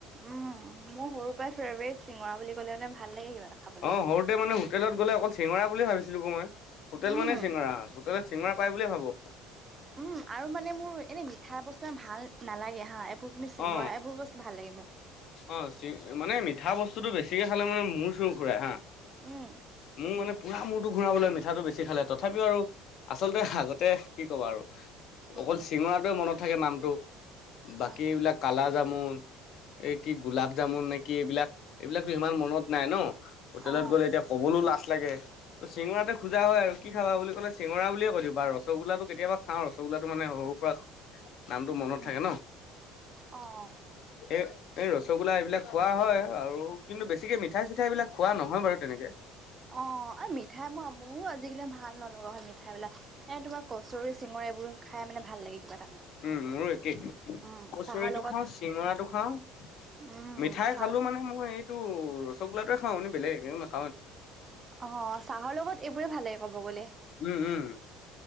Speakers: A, on the right; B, on the left.
A: উম মোৰ সৰুৰ পৰাই ফেভৰেট চিঙৰা বুলি ক'লে মানে ভাল লাগে কিবা এটা খাবলে
B: অ', সৰুতে মানে হোটেলত গ'লে অকল চিঙৰা বুলি ভাবিছিলো আ মই হোটেল
A: উম
B: মানে চিঙৰা ততে চিঙৰা পাই বুলিয়ে ভাবো
A: উম আৰু মানে মোৰ এনেই মিঠা বস্তু ভাল নালাগে হা এইবোৰ কিন্তু চিঙৰা
B: অ
A: এইবোৰ বস্তু ভাল লাগে মোক
B: অ', চি মানে মিঠা বস্তুতটো বেছিকে খালে মানে মূৰ চুৰ ঘূৰাই হা
A: উম',
B: মোৰ মানে পুৰা মূৰটো ঘূৰাবলৈ মিঠাটো বেছি খালে। তথাপিও আৰু আচলতে আগতে কি কবা আৰু অকল
A: উম
B: চিঙৰাটোৱে মনত থাকে নামটো
A: হয়
B: এই এইবিলাক কালা জামুন এই কি গোলাপ জামুন নে কি এইবিলাক এইবিলাকো সিমান মনত নাই ন হোটেলত
A: অ
B: গ'লে এতিয়া ক'বলৈও লাজ লাগে। ত চিঙৰাতে খোজা হয় আৰু কি খাবা বুলি ক'লে চিঙৰাুলিয় কৈ দিবা ৰসগলটো কেতিয়াবা হা ৰসগোল্লাটো মানে সৰুৰ পৰা নামটো মনত
A: উম
B: থাকে ন।
A: অ',
B: এই, এই, ৰসগোল্লা এইবিলাক খোৱা হয়। আৰু কিন্তু বেছিকে মিঠাই চিঠাই এইবিলাক খোৱা নহয় বাৰু তেনেকে।
A: অ', মিঠাই মই মোৰ আজিকালি ভাল নলগা হয়। মিঠাই বলাক এ, তোমাৰ কচৰি চিঙৰা এইবোৰ খাই মানে ভাল লাগে। কিবা এটা
B: উম, মোৰো একেই
A: উম
B: কচৰিটো
A: চাহৰ লগত
B: খাওঁ। চিঙৰাটো খাওঁ।
A: উম
B: মিঠাই
A: খা
B: খালো মানে মই এইটো ৰগো্লটোয় খাও এ বেলেগ এক <unintelligible>
A: অ', চাহৰ লগত এইবোৰে ভাল লাগে ক'ব গ'লে
B: উম, উম,